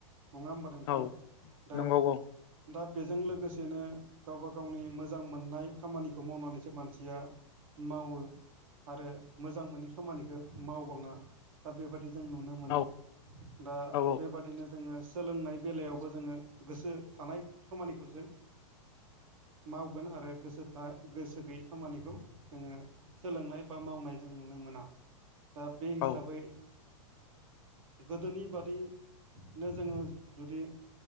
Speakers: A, on the right; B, on the left.
A: नङा होमबा नोंथां
B: औ
A: दा
B: नंगौ
A: दा बेजों लोगोसे सेनो गावबा गावनि मोजां मोननाय खामानिखौ मावनानैसो मानसिया मावो आरो मोजां मोनै खामानिखौ मावबाङा दा बेबादि जों नुनो मोनो
B: औ
A: दा
B: औ
A: बेबादिनो जोङो सोलोंनाय बेलायावबो जोङो गोसो थानाय खामानिखौसो मावगोन आरो गोसो था गोसो गैयै खामानिखौ जोङो सोलोंनाय बा मावनाय जों नुनो मोना दा बे हिसाबै
B: औ
A: गोदोनि बादिनो जोङो जुदि